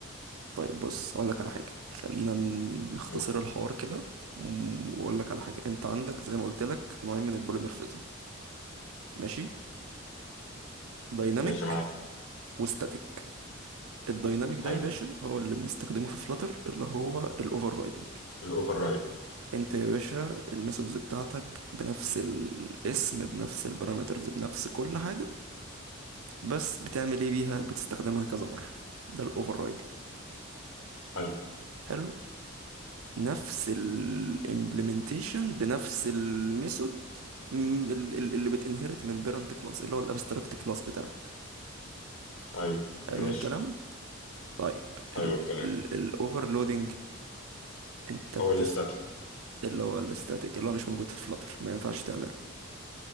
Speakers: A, on the right; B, on the left.
A: طيب بص اقول لك على حاجه خلينا نختصر
B: قول
A: الحوار كده أمم، واقول لك على حاجه انت عندك زي ما قلت لك نوعين من البوليمورفيزم ماشي دايناميك
B: ماشي معاك
A: وستاتيك الدايناميك ده
B: حلو
A: يا باشا هو اللي بنستخدمه في فلاتر اللي هو الاوفر رايدنج
B: الاوفر رايد
A: انت يا باشا الميثودز بتاعتك بنفس الاسم بنفس البارامترز بنفس كل حاجه بس بتعمل ايه بيها بتستخدمها كذا مره ده الاوفر رايدنج.
B: حلو
A: حلو نفس الامبلمنتيشن بنفس الميثود اللي بتنهرت من بيرنت كلاس اللي هو الابستراكت كلاس بتاعك
B: ايوه
A: حلو
B: ماشي
A: الكلام طيب
B: حلو الكلام
A: الاوفرلودنج انت بتست
B: هو الاستاتيك
A: اللي هو الاستاتيك اللي هو مش موجود في فلاتر ما ينفعش تعمله